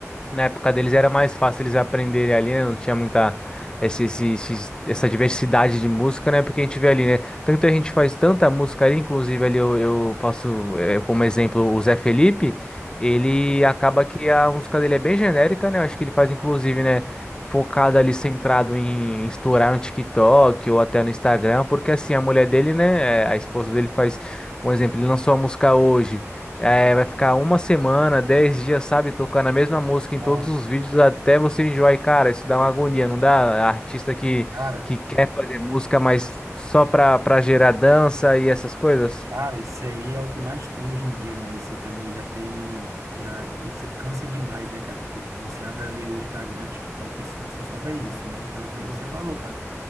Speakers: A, on the left; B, on the right.
A: na época deles era mais fácil eles aprenderem ali, né? Não tinha muita esse, esse- esse- essa diversidade de música, né? Porque a gente vê ali, né? Tanta gente faz tanta música ali, inclusive ali eu, eu posso, eh, como exemplo, o Zé Felipe, ele acaba que a música dele é bem genérica, né? Eu acho que ele faz, inclusive, né? Focado ali, centrado em estourar no TikTok ou até no Instagram, porque assim, a mulher dele, né? eh, A esposa dele faz um exemplo, ele lançou a música hoje. É, vai ficar uma semana, dez dias, sabe, tocando a mesma música em
B: um,
A: todos os vídeos até você enjoar. E, cara, isso
B: Verdade.
A: dá uma agonia, não dá? Artista que,
B: Cara,
A: que quer fazer música, mas só pra, pra gerar dança e essas coisas.
B: cara, isso aí é o que mais tem hoje em dia, né? Isso aí também já tem, já, isso cansa demais, né, cara? Porque você abre ali o Instagram, TikTok, é só- você só vê isso, né? Então é que nem você falou, cara.